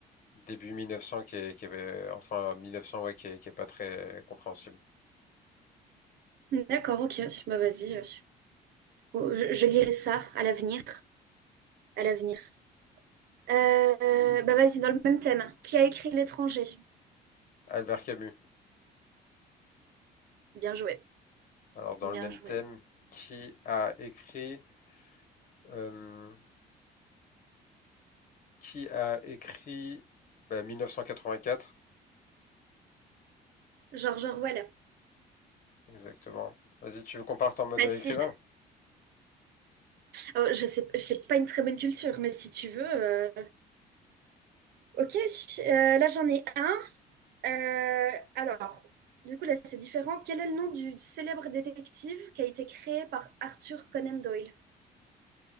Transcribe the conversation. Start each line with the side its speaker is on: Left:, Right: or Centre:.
Left: début 1900 qui est, qui avait, enfin 1900 ouais, qui est, qui est pas très compréhensible.
Right: D'accord, ok. Bah vas-y. euh, faut- Je, je lirai ça à l'avenir. À l'avenir. Euh, bah vas-y, dans le même thème. Qui a écrit L'étranger?
Left: Albert Camus.
Right: Bien joué.
Left: Alors dans
Right: Bien
Left: le même
Right: joué.
Left: thème, qui a écrit euh, qui a écrit bah, 1984,
Right: George Orwell.
Left: exactement. Vas-y, tu veux qu'on parte en mode
Right: Facile.
Left: euh, écrivain?
Right: Oh, je sais, j'ai pas une très bonne culture, mais si tu veux. euh, Ok. Euh, là, j'en ai un. Euh, alors, du coup, là, c'est différent. Quel est le nom du célèbre détective qui a été créé par Arthur Conan Doyle?